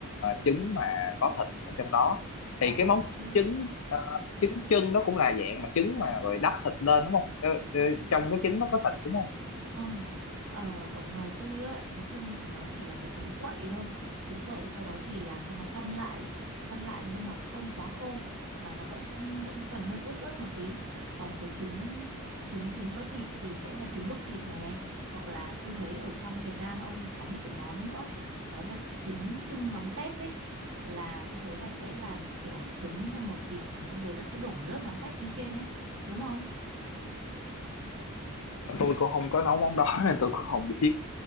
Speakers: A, on the left (about 65°); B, on the right (about 60°).
A: trứng mà có thịt ở trong đó thì
B: à
A: cái món
B: hứ.
A: trứng à, trứng chân đó cũng là dạng mà trứng mà rồi đắp thịt lên đúng không Ờ, ờ, trong cái trứng nó có thịt đúng không
B: Không, ờ, ở ngoài tôi á, trứng trưng thì nó chỉ là cái trứng quậy thôi. Trứng quậy sau đó thì làm cho nó săn lại, ấy. săn lại nhưng mà không quá khô mà nó vẫn s- vẫn sẽ còn hơi ướt ướt một tí. Còn cái trứng trứng trứng có thịt thì sẽ là trứng đúc thịt nè, hoặc là tôi thấy ở trong miền Nam ông thì có một cái món nữa, đó là trứng trưng mắm tép ấy. Là tôi thấy là sẽ làm kiểu trứng trong mồi thịt này xong rồi là sẽ đổ một lớp mắm tép bên trên ấy, đúng không?
A: tôi cũng không có nấu món đó <laughs> nên tôi cũng không biết